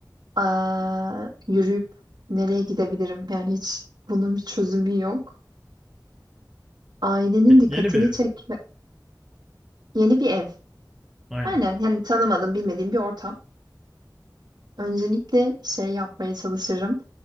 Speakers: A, on the right; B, in the centre.
A: aa, yürüyüp nereye gidebilirim? Yani hiç bunun bir çözümü yok. Ailenin
B: Y-
A: dikkatini
B: yeni bir ev.
A: çekme. Yeni bir ev.
B: Aynen.
A: Aynen yani tanımadığım bilmediğim bir ortam. Öncelikle şey yapmaya çalışırım.